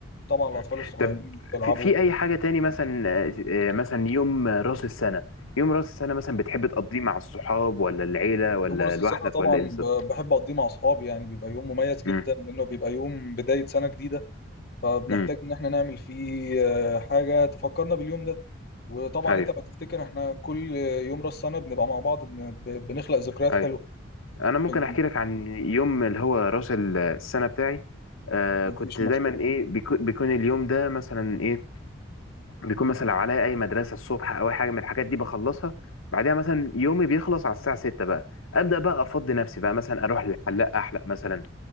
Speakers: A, on the left; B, on the left.
A: طبعا الأطفال
B: مم.
A: الصغيرين
B: طب
A: بيلعبوا
B: في, في اي حاجه تاني مثلا آه، آه، مثلا يوم راس السنه يوم راس السنه مثلا بتحب تقضيه مع الصحاب ولا العيله ولا
A: يوم رأس
B: لوحدك
A: السنة طبعا
B: ولا ايه بالظبط
A: ب- بحب أقضيه مع أصحابي يعني بيبقى يوم مميز جدا
B: امم
A: لأنه بيبقى يوم بداية سنة جديدة فبنحتاج
B: امم
A: إن إحنا نعمل فيه آه، حاجة تفكرنا باليوم ده وطبعا
B: ايوه
A: أنت لو تفتكر إحنا كل يوم رأس السنة بنبقى مع بعض بن- ب- بنخلق ذكريات
B: ايوه
A: حلوة
B: انا ممكن
A: بن-
B: احكي لك عن يوم اللي هو راس السنه بتاعي آه
A: مفيش
B: كنت دايما
A: مشكلة
B: ايه بيكو- بيكون اليوم ده مثلا ايه بيكون مثلا لو عليا اي مدرسه الصبح او اي حاجه من الحاجات دي بخلصها بعدها مثلا يومي بيخلص على الساعه 6 بقى ابدا بقى افضي نفسي بقى مثلا اروح للحلاق احلق مثلا